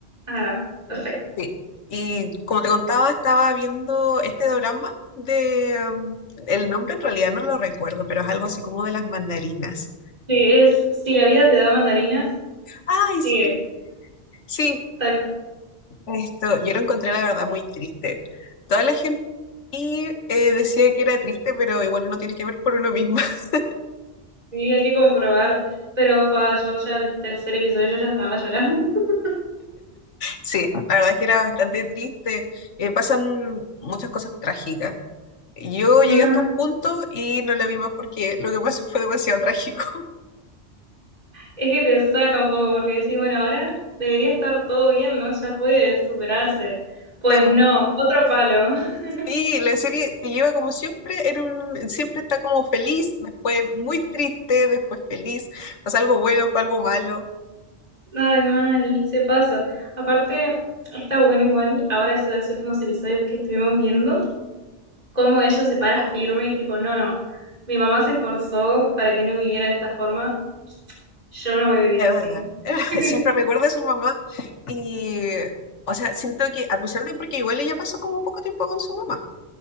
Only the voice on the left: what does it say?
Sí. Y como te contaba, estaba viendo este drama de... um, el nombre en realidad no lo recuerdo, pero es algo así como de las mandarinas.
Ay,
sí, sí.
Esto, yo lo encontré la verdad muy triste. Toda la gente aquí, eh, decía que era triste, pero igual uno tiene que ver por uno mismo. <laughs>
Sí, la verdad es que era bastante triste. Eh, pasan muchas cosas trágicas. Yo
llegué hasta un punto y no la vi más porque lo que pasó fue demasiado <laughs> trágico.
Claro.
Sí, la serie te lleva como siempre, en un, siempre está como feliz, después muy triste, después feliz, pasa algo bueno, pasa algo malo,
es
verdad.
<laughs> Siempre recuerda a su mamá y, o sea, siento que a pesar de porque igual ella pasó como poco tiempo con su mamá,